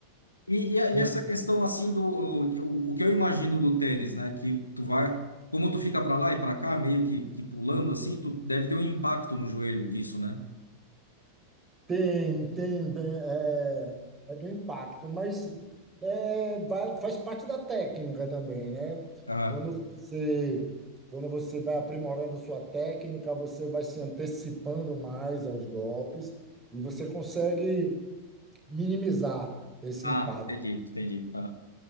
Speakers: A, on the left; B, on the right.
A: E, e, a-
B: <laughs>
A: e essa questão assim do o, o, o que eu imagino do tênis, né? Que tu vai, como tu fica para lá e para cá, meio que, que pulando assim, tu deve ter um impacto no joelho disso, né?
B: Tem, tem, bem, é, é do impacto, mas é, vai- faz parte da técnica também, né?
A: Aham.
B: Quando você, quando você vai aprimorando sua técnica, você vai se antecipando mais aos golpes e você consegue minimizar esse
A: Ah,
B: impacto.
A: entendi, entendi.